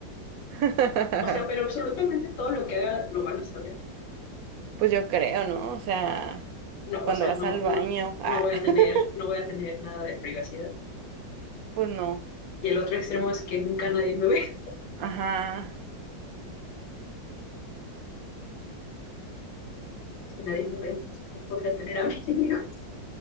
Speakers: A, on the right; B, on the left.
A: <laughs>
B: O sea, pero absolutamente todo lo que haga lo van a saber.
A: Pues yo creo, ¿no? O sea,
B: No,
A: cuando
B: o sea,
A: vas
B: no,
A: al baño,
B: no,
A: ah,
B: no voy
A: <laughs>
B: a tener, no voy a tener nada de privacidad.
A: pues no.
B: Y el otro extremo es que nunca nadie me ve.
A: Ajá,
B: Y si nadie me ve, entonces no podría tener amigos.